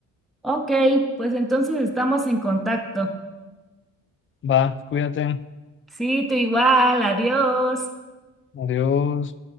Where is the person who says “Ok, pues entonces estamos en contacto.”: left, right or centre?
Centre